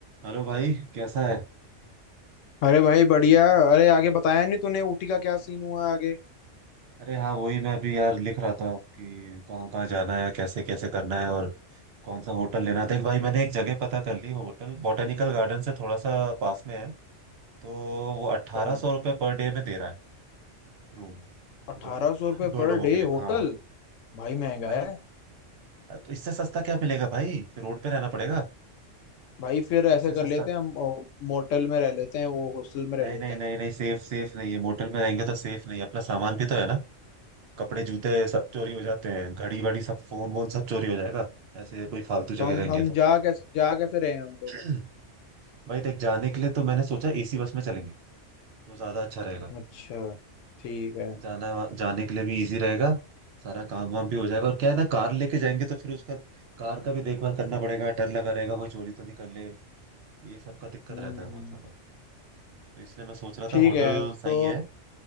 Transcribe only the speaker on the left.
अरे भाई बढ़िया अरे आगे बताया नहीं तूने ऊटी का क्या सीन हुआ आगे
अच्छा,
अठारह
सौ रुपये
पर
डे
होटल
भाई महंगा
है
भाई फिर ऐसे
कर
लेते हैं हम ओ, मोटल में रह लेते हैं वो हॉस्टल में रह
लेते
हैं
तो
हम
हम
जा कैसे जा कैसे रहे हैं हम लोग
अच्छा ठीक है
हम्म
ठीक
है तो